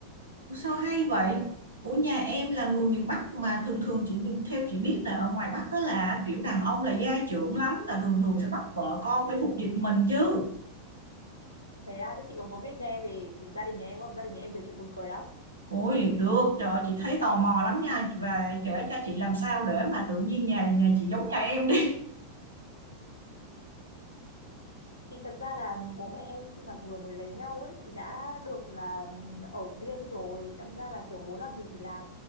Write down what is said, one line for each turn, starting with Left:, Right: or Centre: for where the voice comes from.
Right: Ủa, sao hay vậy? Ủa nhà em là người miền Bắc mà thường thường chị theo chị biết là ở ngoài Bắc đó là kiểu đàn ông là gia trưởng lắm là thường thường sẽ bắt vợ con phải phục dịch mình chứ.
Left: Thế à, thế chị có muốn biết nghe về gia đình nhà em không? Gia đình nhà em nhiều chuyện buồn cười lắm.
Right: Ôi được, trời ơi, chị thấy tò mò lắm nha và kể cho chị làm sao để mà tự nhiên nhà nhà chị giống nhà em đi.
Left: Thì thật ra là bố mẹ em khi mà vừa mới lấy nhau ấy thì đã được là ở riêng rồi, đâm ra là kiểu muốn làm gì thì làm,